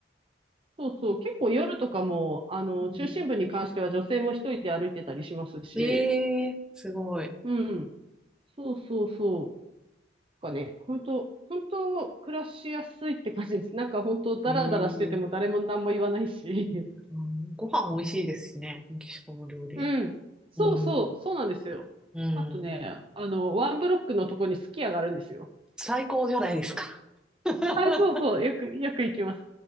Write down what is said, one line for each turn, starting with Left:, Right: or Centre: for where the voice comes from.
Right: そうそう、結構夜とかも、あの、
Centre: うん。
Right: 中心部に関しては女性も一人で歩いてたりしますし、
Centre: ええすごい。
Right: うん。そうそうそう。なんかね、本当本当暮らしやすいって感じです。なんか本当ダラダラしてても誰も何も言わないし。
Centre: ええ
Right: <laughs>
Centre: うん、ご飯美味しいですしね、メキシコの料理。
Right: うん。そうそう、
Centre: うん、
Right: そうなんですよ。
Centre: うん。
Right: あとね、あの、ワンブロックのとこにすき家があるんですよ。
Centre: 最高じゃないですか。<laughs>
Right: あ、そうそう、よく、よく行きます。